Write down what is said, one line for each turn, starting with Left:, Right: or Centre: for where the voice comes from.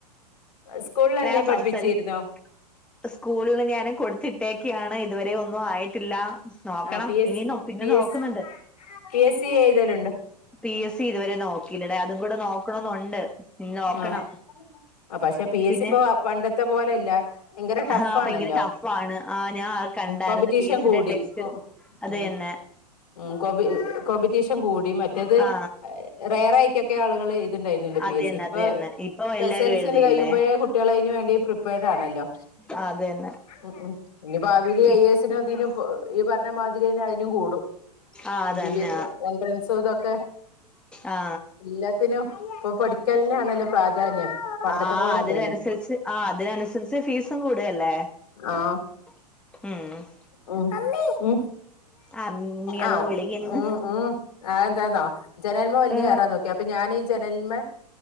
Left: സ്കൂളിൽ
Centre: <unintelligible>
Left: പഠിപ്പിച്ചിരുന്നോ
Centre: സ്കൂളിൽ ഞൻ കൊടുത്തിട്ടേ ക്കാണ് ഇതുവരെ ഒന്നും ആയിട്ടില്ല നോക്കണം
Left: ആ പി എസ്
Centre: ഇനി പിന്നെ
Left: പി
Centre: നോക്കുന്നുണ്ട്
Left: എസ് പി എസ് സി ഏഴുതലുണ്ടോ
Centre: പി എസ് സി ഇതുവരെ നോക്കില്ലട അതും കൂടെ നോക്കണന്നുണ്ട് ഇനി നോക്കണം
Left: ആ ആ പക്ഷെ പി
Centre: പിന്നെ
Left: എസ് സി ഇപ്പൊ പണ്ടത്തെ പോലെല്ല ഭയങ്കര ടഫാണല്ലോ
Centre: ആഹ ഭയങ്കര ടഫ് ടഫ് ആണ് ആഹ് ഞാൻ അത് കണ്ടായിരുന്ന
Left: കോമ്പറ്റീഷൻ
Centre: പി എസ് സിയുടെ
Left: കൂടി
Centre: ടെക്സ്റ്റ് അത്
Left: ഉം
Centre: തന്നെ
Left: ഉം കോമ്പറ്റീഷൻ കൂടി മറ്റേത്
Centre: ആ
Left: റയറയിട്ടൊക്കെ മിക്ക ആളുകള് എഴുതുന്ന് ഉണ്ടായിരുന്നല്ലോ പി
Centre: അത്
Left: എസ്
Centre: തന്നെ
Left: സി ഇപ്പൊ
Centre: അത് തന്നെ ഇപ്പൊ
Left: ഇപ്പോ
Centre: എല്ലാരും
Left: എസ് എസ്
Centre: എഴുതയില്ലേ
Left: എൽ സി കഴിയുമ്പോഴേ കുട്ടികൾ അതിന് വേണ്ടി പ്രിപ്പയേർഡ് ആണല്ലോ
Centre: ആ അത് തന്നെ
Left: ഉം ഉം ഇനി ഭാവില്
Centre: ഇ
Left: ഐ എ എസിനും ഇതിനും പോ ഈ പറഞ്ഞ മാതിരിയന്നെ അതിനും കൂടും
Centre: ആ അതന്നെ
Left: എം ബി എ എൻട്രൻസും തൊക്കെ
Centre: ആ
Left: എല്ലാത്തിനും ഇപ്പൊ പഠിക്കലിനാണല്ലോ പ്രാധാന്യം പണ്ടത്തെ
Centre: ആഹ്
Left: പോലെല്ലല്ലോ
Centre: അതിനനുസരിച്ച് ആഹ് അതിനനുസരിച്ച് ഫീസും കൂടല്ലേ
Left: ആഹ്
Centre: ഉം
Left: ഉം ഉം
Centre: അമ്മി അതോ
Left: ആഹ് ഓക്കേ
Centre: വിളിക്കുന്നു
Left: ഉം ഉം ആഹ് ന്താന്നോ ജനലിൽ മേ വലിഞ്ഞു
Centre: ആ
Left: കേറാൻ നോക്കി അപ്പൊ ഞാനീ ജനലിമ്മേ